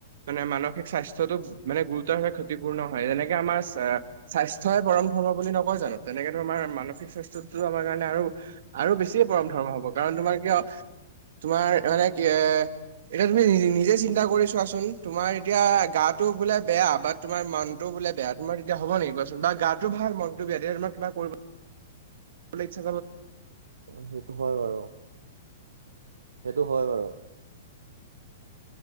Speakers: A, on the right; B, on the right.
A: মানে মানসিক স্বাস্থ্যটো মানে গুৰুতৰ ভাৱে ক্ষতিপূৰ্ণ হয়, যেনেকে আমাৰ চা স্বাস্থ্যই পৰম ধৰ্ম বুলি নকয় জানোঁ। তেনেকে তোমাৰ মানসিক স্বাস্থ্য আমাৰ কাৰণে আৰু আৰু বেছিয়ে পৰম ধৰ্ম হ'ব। কাৰণ তোমাৰ কিয় তোমাৰ মানে কি এ এতিয়া তুমি নি-নিজে চিন্তা কৰি চোৱাচোন, তোমাৰ এতিয়া গাটো বোলে বেয়া, বাত তোমাৰ মনতটো বোলে বেয়া, তোমাৰ তেতিয়া হ'ব নেকি কোৱাচোন বা গাটো ভাল মনতটো বেয়া, তেতিয়া তোমাৰ কিবা কৰিব পুলিচ <inaudible>
B: অ' সেইটো হয় বাৰু। সেইটো হয় বাৰু।